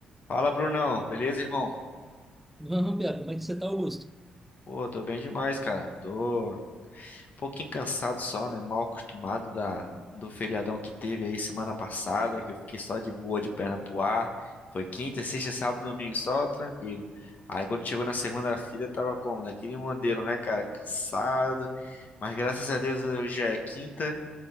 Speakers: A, on the left; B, in the centre.
A: Fala, Brunão. Beleza, irmão?
B: Vamos, Biago, como é que você tá, Augusto?
A: Pô, tô bem demais, cara. Tô um pouquinho cansado só, né? Mal acostumado da, do feriadão que teve aí semana passada, que eu fiquei só de boa, de perna pro ar. Foi quinta, sexta, sábado, domingo, só tranquilo. Aí quando chegou na segunda-feira, tava como? Daquele modelo, né, cara? Cansado. Mas graças a Deus hoje já é quinta,